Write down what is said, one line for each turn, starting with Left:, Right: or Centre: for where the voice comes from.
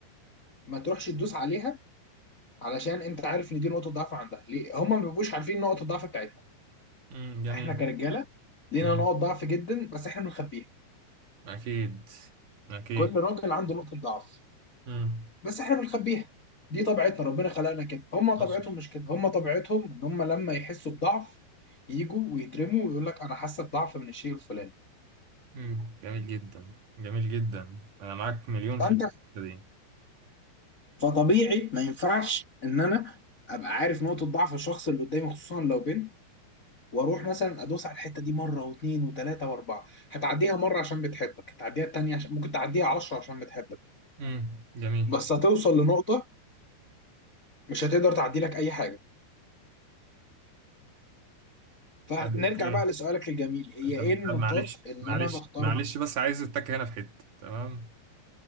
Left: ما تروحش تدوس عليها علشان انت عارف ان دي نقطه ضعف عندها ليه هم ما بيبقوش عارفين نقطه الضعف بتاعتهم
Right: مم، جميل
Left: احنا كرجاله لينا
Right: مم،
Left: نقط ضعف جدا بس احنا بنخبيها
Right: اكيد اكيد
Left: كل راجل عنده نقطه ضعف
Right: مم.
Left: بس احنا بنخبيها دي طبيعتنا ربنا خلقنا كده هم طبيعتهم
Right: حصل
Left: مش كده هم طبيعتهم ان هم لما يحسوا بضعف يجوا ويترموا ويقول لك انا حاسه بضعف من الشيء الفلاني
Right: مم، جميل جدا جميل جدا انا معاك مليون
Left: فانت
Right: في الحتة دي
Left: فطبيعي ما ينفعش ان انا ابقى عارف نقطه ضعف الشخص اللي قدامي خصوصا لو بنت واروح مثلا ادوس على الحته دي مره واثنين وثلاثه واربعه هتعديها مره عشان بتحبك هتعديها التانيه عشان ممكن تعديها عشرة عشان بتحبك
Right: امم جميل
Left: بس هتوصل لنقطه مش هتقدر تعدي لك اي حاجه فنرجع
Right: طب اوكي
Left: بقى لسؤالك الجميل هي
Right: طب
Left: ايه النقاط
Right: طب معلش
Left: اللي
Right: معلش
Left: انا بختار
Right: معلش بس عايز اتك هنا في حته تمام